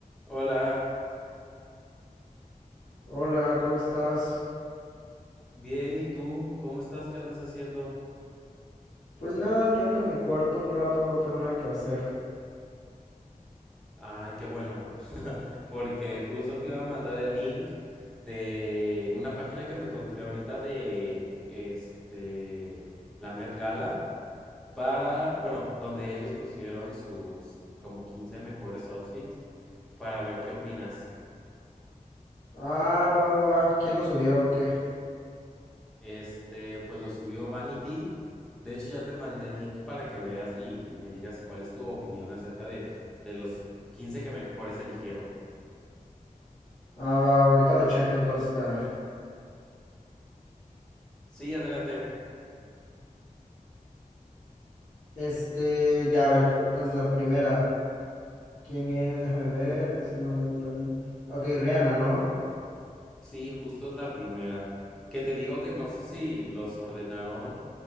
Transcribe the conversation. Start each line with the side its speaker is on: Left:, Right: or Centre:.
Centre: Hola,
Left: Hola, ¿cómo estás?
Centre: bien, ¿y tú? ¿Cómo estás? ¿Qué andas haciendo?
Left: Pues nada, que ando en mi cuarto un rato, no tengo nada que hacer.
Centre: Ay, qué bueno, <laughs> porque justo te iba a mandar el link de una página que me encontré ahorita de este la Met Gala para, bueno, donde ellos pusieron sus como 15 mejores outfits para ver qué opinas.
Left: Ah, va, va, va. ¿Quién lo subió o qué?
Centre: Este, pues lo subió Vanity. De hecho, ya te mandé el link para que veas y, y me digas cuál es tu opinión acerca de, de los 15 que mejores eligieron.
Left: Ah, va, ahorita lo checo, entonces espérame.
Centre: Sí, adelante.
Left: Este, ya a ver. Entonces la primera. ¿Quién es? Déjame ver. Es que no me entra bien. Ok, Rihanna, ¿no?
Centre: Sí, justo es la primera. Que te digo que no sé si los ordenaron,